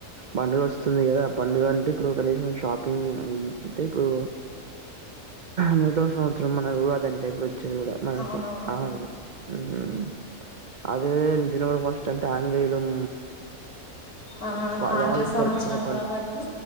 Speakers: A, on the right (about 75°); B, on the left (about 85°).
A: పండుగోస్తుంది కదా పండుగ అంటే ఇప్పుడు కనీసం షాపింగ్ అంటే ఇప్పుడు నూతన సంవత్సరం మనకు ఉగాదంటే ఇప్పుడు వచ్చేది కూడా మనకు
B: అవునవును
A: ఆ ఇది మ్ అడే జనవరి ఫస్ట్ అంటే ఆంగ్లేంలం
B: ఆ
A: మ్
B: ఆంగ్ల
A: వాళ్ళు
B: సంవత్సరం
A: జరుపుకునే పండ్
B: కాబట్టి